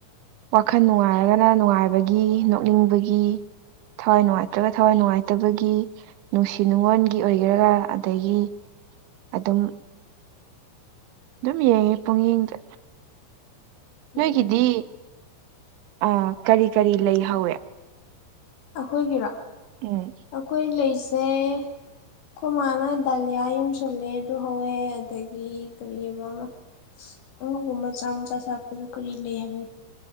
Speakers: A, on the right; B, on the left.
A: ꯋꯥꯈꯜ ꯅꯨꯡꯉꯥꯏꯔꯒꯅ ꯅꯨꯡꯉꯥꯏꯕꯒꯤ ꯅꯣꯛꯅꯤꯡꯕꯒꯤ ꯊꯋꯥꯏ ꯅꯨꯡꯉꯥꯏꯇ꯭ꯔꯒ ꯊꯋꯥꯏ ꯅꯨꯡꯉꯥꯏꯇꯕꯒꯤ ꯅꯨꯡꯁꯤ ꯅꯨꯡꯉꯣꯟꯒꯤ ꯑꯣꯏꯒꯦꯔꯒ ꯑꯗꯒꯤ ꯑꯗꯨꯝ ꯑꯗꯨꯝ ꯌꯦꯡꯉꯦ ꯄꯛꯌꯦꯡꯗ
B: ꯎꯝ
A: ꯅꯣꯏꯒꯤꯗꯤ ꯑ ꯀꯔꯤ ꯀꯔꯤ ꯂꯩꯍꯧꯋꯦ
B: ꯑꯈꯣꯏꯒꯤꯔꯥ
A: ꯎꯝ
B: ꯑꯩꯈꯣꯏ ꯂꯩꯁꯦ ꯑꯩꯈꯣꯏ ꯃꯥꯅ ꯗꯥꯂꯤꯌꯥ ꯌꯨꯡꯁ ꯁꯜꯂꯦ ꯑꯗꯨ ꯍꯧꯋꯦ ꯑꯗꯒꯤ ꯀꯔꯤ ꯑꯃ ꯑꯃ ꯑꯉꯧꯕ ꯃꯆꯥ ꯃꯆꯥ ꯁꯥꯠꯄꯗꯨ ꯀꯔꯤ ꯂꯩ ꯍꯥꯏꯕꯅꯤ